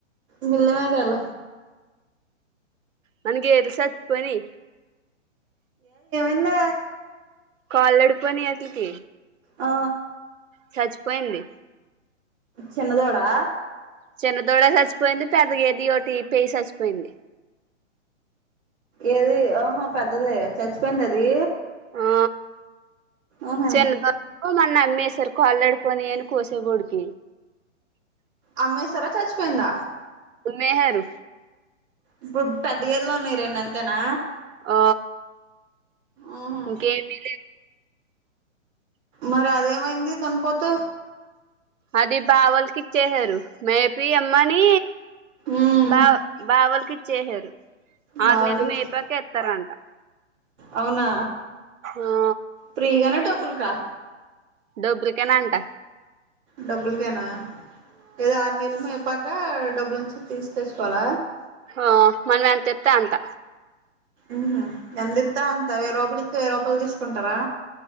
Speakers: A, on the right; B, on the right.
A: మళ్ల్మేకాల
B: మనగ ఎల్సత్ పోని
A: అన్న
B: కాల్ వెల్డపోయినకి అట్లకి
A: ఆ
B: చచ్చిపోయింది
A: చిన్నదోడా
B: చిన్న తోడ చచ్చిపోయింది పెద్ద గ ఏది ఒకటి పేయి చచ్చిపోయింది
A: ఏది ఆఓహో పెద్దద చచ్చిపోయింది అది
B: ఆ
A: ఆహా
B: చిన్న ద మన్న అమేసర్ కాళ్ళడిపోని అని కోసే బోడికి
A: అమ్మెసరా చచ్చిపోయింద
B: నెహరు
A: ఇప్పుడు పెద్ద గదిలో ఉన్నాయి రెండంతేనా
B: ఆ
A: ఆహా
B: ఇంకేమీ లేదు
A: మరి అదేమైంది దున్నపోతు
B: అది బావొళ్ళకిచ్చేసారు మేపి అమ్మని
A: ఉమ్
B: బావ్ బావోల్కి చేసారు
A: బావలకిచ్చి
B: ఆర్ నెళ్ళు మేపాకిస్తారంట
A: అవునా
B: ఆ
A: ప్రిగాన డబ్బుల్కా
B: డబ్బులుకేనంటా
A: డబ్బులకేనా ఏదో ఆరు నెళ్ళు మెప్ పకా డబ్బుల్ తీ తెచ్చుకోవాల
B: ఆ మనం ఎంత ఇత్తే అంత
A: మ్ హు ఎంతిత్తే అంత వెయ్యి రూపాయలు ఇత్తే వెయ్యి రూపాయలు తీసుకుంటారా